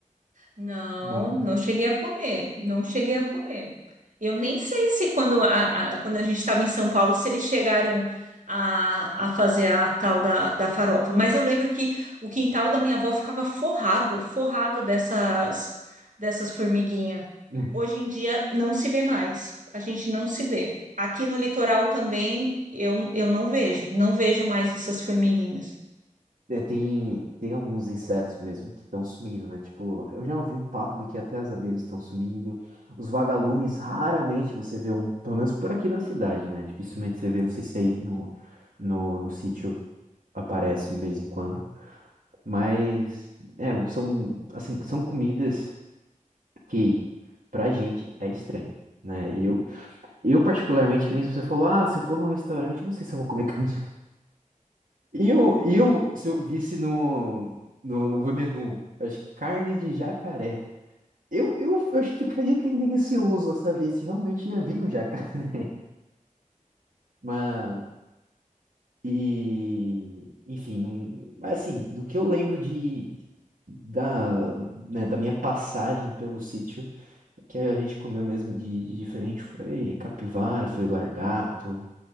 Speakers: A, on the right (about 65°); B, on the right (about 85°).
A: Não,
B: Não.
A: não cheguei a comer, não cheguei a comer. Eu nem sei se quando a, a- quando a gente estava em São Paulo, se eles chegaram a, a fazer a tal da, da farofa, mas eu lembro que o quintal da minha avó ficava forrado, forrado dessas, dessas formiguinhas.
B: <laughs>
A: hoje em dia não se vê mais. A gente não se vê. Aqui no litoral também eu, eu não vejo, não vejo mais essas formiguinhas.
B: É, tem, tem alguns insetos mesmo que estão sumindo, né? Tipo, eu já ouvi um papo do que até as abelhas estão sumindo. Os vagalumes, raramente você vê um, pelo menos por aqui na cidade, né? Dificilmente você vê, não sei se aí no, no, no sítio aparece de vez em quando. Mas, é, são, assim, são comidas que pra gente é estranho, né? Eu, eu particularmente, que nem você falou, ah, se eu for num restaurante, eu não sei se eu vou comer <laughs> carne Eu, eu, se eu visse no, no, no menu, acho que carne de jacaré. Eu, eu, eu acho que ficaria tendencioso a saber se realmente ia vir um jacaré. <laughs> Mas, e, enfim, não, mas assim, do que eu lembro de, da, né, da minha passagem pelo sítio, o que a gente comeu mesmo de, de diferente foi capivara, foi largato,